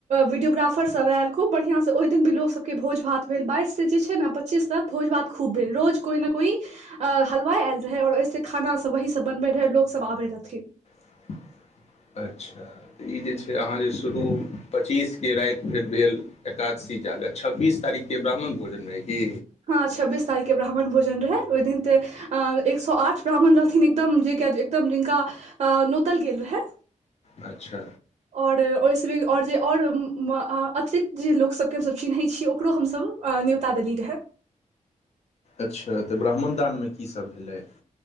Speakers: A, on the right; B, on the left.
A: वीडियोग्राफर सब आयल खूब बढ़िआं से ओहि दिन भी लोक सबके भोज भात भेल बाइस से जे छै ने पच्चीस तक भोज भात खूब भेल रोज कोइ ने कोइ अ हलवाइ आयल रहै आओर ऐसे खाना सब वह सब बनबै रहै लोक सब आबै रहथिन
B: <inaudible> अच्छा तऽ ई जे छै। अहाँ जे शुरू पचीसके राति भेट भेल एकादशी जागत छब्बीस तारीखके ब्राह्मण भोजन रहै की
A: हँ छब्बीस तारीख के ब्राह्मण भोजन रहै ओहि दिन ते अ एक सए आठ ब्राह्मण रहथिन एकदम जे एकदम जिनका नोतल गेल रहै
B: अच्छा
A: आओर ओहिसँ आओर जे आओर अतिरिक्त जे लोकसके हमस चिन्है छी ओकरो हमसब न्यूता देलिए रहै
B: अच्छा तऽ ब्राह्मणदानमे कीसभ भेलै